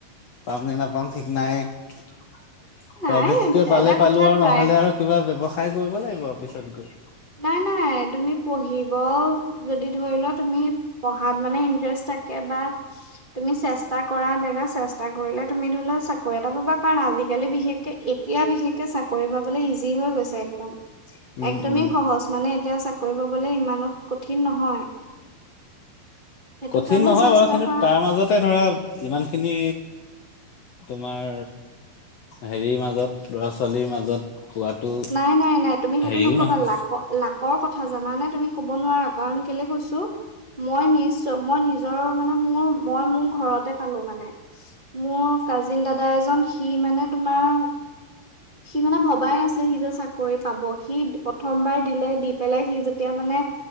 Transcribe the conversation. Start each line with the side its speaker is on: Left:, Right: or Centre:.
Left: পাম নে নাপাম ঠিক নাই। প্ৰাইভেটকে
Right: নাই
Left: পালে
Right: এটা
Left: পালোঁ
Right: কথা
Left: আৰু
Right: ট্ৰাই
Left: নহ'লে আৰু কিবা ব্যৱসায় কৰিব লাগিব। বিছতগড়
Right: নাই নাই তুমি পঢ়িব যদি ধৰি লোৱা তুমি পঢ়াত মানে ইন্টাৰেষ্ট থাকে বা তুমি চেষ্টা কৰা চেষ্টা কৰিলে তুমি ধৰি লা চাকৰি এটা পাবা কাৰণ আজিকালি বিশেষকে এতিয়া বিশেষকে চাকৰি পাবলৈ ইজি হৈ গৈছে একদম।
Left: উম,
Right: একদমেই
Left: উম।
Right: সহজ মানে এতিয়াও চাকৰি পাবলে ইমানত কঠিন নহয়। সেইটো
Left: কঠিন
Right: কাৰণে
Left: নহয়
Right: চেষ্টা
Left: বাৰু কিন্তু
Right: কৰা।
Left: তাৰ মাজতে ধৰা ইমান খিনি তোমাৰ হেৰিৰ মাজত ল'ৰা-ছোৱালীৰ মাজত পোৱাতো
Right: নাই, নাই, নাই, তুমি সেইটো
Left: হেৰিও
Right: নকবা
Left: নহয়
Right: লাকৰ লাকৰ কথা কথা জানানে তুমি ক'ব নোৱাৰা কাৰণ কেলে কৈছো মই নিশ্চ মই নিজৰ মানে মোৰ মই মোৰ ঘৰতে পালো মানে মোৰ কাজিন দাদা এজন সি মানে তোমাৰ সি মানে ভবাই নাছিল সি যে চাকৰি পাব সি প্ৰথমবাৰ দিলে দি পেলাই সি যেতিয়া মানে